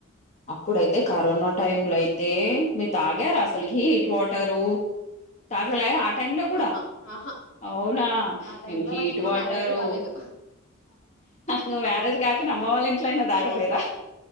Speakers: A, on the left; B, on the left.
A: అప్పుడైతే కరోనా టైమ్ లో అయితే మీరు తాగారు అసలు హీట్ వాటరు తగలా ఆ టైమ్ లో కూడా
B: ఆహా ఆహా
A: అవునా
B: ఆ టైమ్
A: మేము
B: లో
A: హీట్
B: నాకు ఇంకా
A: వాటరు
B: మ్యారేజే కాలేదు
A: ను మ్యారేజ్ కాకుండా అమ్మ వాళ్ళ ఇంట్లో అయినా తాగలేదా